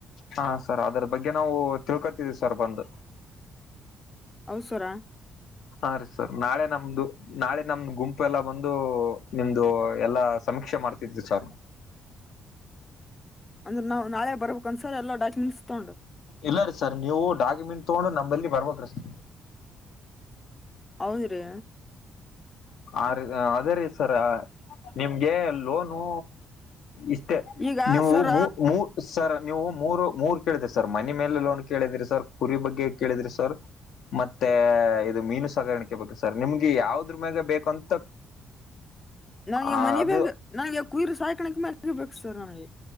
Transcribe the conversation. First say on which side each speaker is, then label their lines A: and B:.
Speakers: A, on the left; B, on the left.
A: ಹಾ -ಸರ್ ಅದರ ಬಗ್ಗೆ ನಾವು ತಿಳ್ಕೊತಿದ್ದೀವಿ. ಸರ್ಬಂದ್
B: ಅವಸರ
A: ಹಾ- ರೀ -ಸರ್ ನಾಳೆ ನಮ್ದು ನಾಳೆ ನಮ್ದು ಗುಂಪು ಎಲ್ಲ ಬಂದು. ನಿಮ್ದು ಎಲ್ಲಾ ಸಮೀಕ್ಷೆ ಮಾಡ್ತಿದ್ರು ಸಾರ್
B: ಅಂದ್ರೆ ನಾ ನಾಳೆ ಬರ್ಬೇಕಕ್ಂದಸರ್ ಎಲ್ಲ ಡಾಕ್ಯುಮೆಂಟ್ಸ್ ತಗೊಂಡು.
A: ಇಲ್ಲ ರೀ ಸರ್ ನೀವು ಡಾಕ್ಯುಮೆಂಟ್ ತಗೊಂಡು ನಮಲ್ಲಿ ಬರ್ಬೇಕ್ರೀ ಸ.
B: ಹೌದ್ರಿ
A: ಆ -ರೀ -ಅದೇ ರೀ ಸರ್ ನಿಮ್ಗೆ ಲೋನು ಇಷ್ಟ
B: ಈಗ
A: ನೀವು
B: ಸರ
A: ಮೂ ಮೂ ಸರ್ ನೀವು ಮೂರು ಮೂರ್ ಕೇಳಿದ್ರಿ ಸರ್ ಮನೆ ಮೇಲೆ ಲೋನ್ ಕೇಳಿದ್ರಿ ಸರ್ ಕುರಿ ಬಗ್ಗೆ ಕೇಳಿದ್ರಿ ಸರ್. ಮತ್ತೆ ಇದು ಮೀನು ಸಗಾಣಿಕೆ ಬೇಕು ಸರ್ ನಿಮ್ಗೆ ಯಾವದ್ರ ಮ್ಯಾಗ ಬೇಕಂತ.
B: ನನಗೆ
A: ಆ
B: ಮನೆ
A: ಅದು
B: ಬೇಗ ನನ್ಗೆವ ಕುಯಿರ್ ಸಾಯಕಣಕ್ಕೆ ಮನೆಗೆ ಬೇಕು ಸರ್ ನನಗೆ.